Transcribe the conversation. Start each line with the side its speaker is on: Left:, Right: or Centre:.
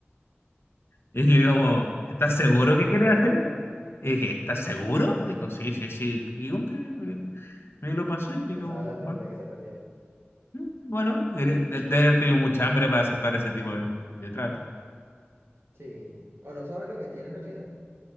Left: Y dije como, ¿estás seguro
Right: Tremendo
Left: que quieres
Right: negociante.
Left: hacer esto? Y dije, ¿estás seguro? Dijo, sí, sí, sí. Y un que me me lo pasó y dije
Right: No
Left: como,
Right: sabe la joyita
Left: "Va,
Right: que se perdió.
Left: mm, bueno, quería, de- de haber tenido mucha hambre para aceptar ese tipo de, de trato.
Right: Sí. O no sabe lo que tiene en realidad.